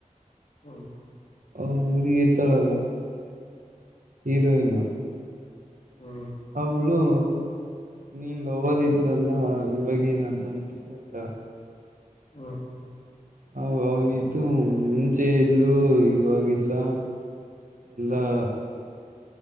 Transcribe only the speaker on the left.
ಹ್ಮ್
ಹ್ಮ್ ಹ್ಮ್
ಹ್ಮ್
ಹ್ಮ್ ಹ್ಮ್ ಹ್ಮ್ ಹ್ಮ್ ಹ್ಮ್ ಹ್ಮ್ ಹ್ಮ್